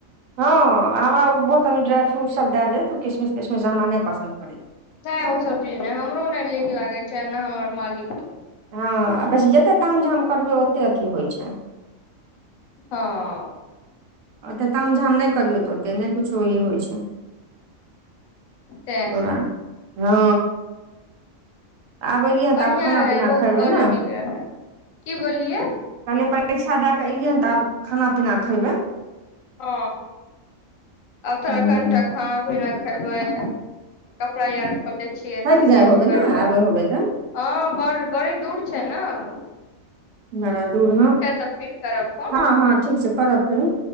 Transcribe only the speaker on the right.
हा हमरा ओ बहुतनि ड्राइ फ्रूट सभ दए देतऽ ओ किशमिश तिशमिश हमरा नहि पसन्द पड़ैए
हा बस जतेक ताम झाम करबै ओतेक अथी होइत छैय
ओते ताम झाम नहि करियौ तऽ ओते नहि कुछो ई होई छै,
ओरा
ह आब एलियै
तऽ आब खाना
पीना
खयबै
न
कहलियै परीक्षा दए कऽ एलियै ने तऽ आब खाना पीना खयबै
हूँ
थाकि
जाइ
होबै
ने आबै होबै तऽ
बड़ा दूर
हाँ हाँ ठीक छैय करब फेरो